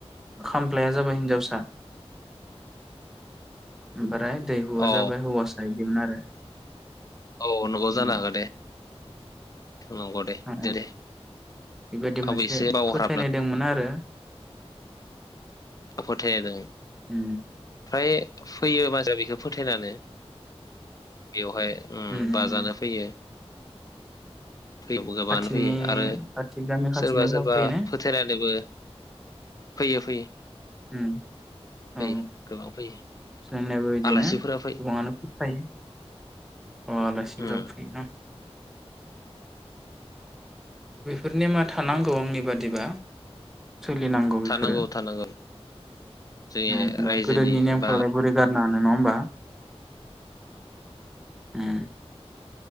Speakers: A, in the centre; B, on the left.
A: खाम्लायआ जाबाय हिनजावसा ओमफ्राय दैहुआ
B: औ
A: जाबाय हौवासा इदिमोन आरो
B: औ नंगौ
A: उम
B: जानो हागौ दे। नंगौदे
A: अ
B: दे दे
A: बेबायदि
B: आंबो
A: मोनसे
B: एसे बावहाबना
A: फोथायनाय दंमोन। आरो
B: फोथाया दों
A: ओ
B: बे फैयोबा दा बेखौ फोथायनानै बेवहाय ओम
A: उम
B: बाजानो
A: उम उम
B: फैयो फैयो गोबाङानो
A: खाथिनि
B: फैयो आरो
A: खाथि गामि खाथिनिफ्राव
B: सोरबा सोरबा
A: फैयोना
B: फोथाय दोङो। फैयो फैयो
A: उम औ
B: फैयो गोबां फैयो
A: जोंनियाबो बिदिनो
B: आलासिफोरा फैयो
A: गोबाङानो फोथायो। आलासिफोरा
B: उम
A: फैयोना। बैफोर नेमा थानांगौ आंनि बादिबा। सोलिनांगौ बेफोरो
B: थानांगौ थानांगौ। जोंनि
A: नङा होमबा
B: रायजोनि
A: गोदोनि नेमखौलाय
B: बा
A: बोरै गारनो हानो नङा होमबा। ओ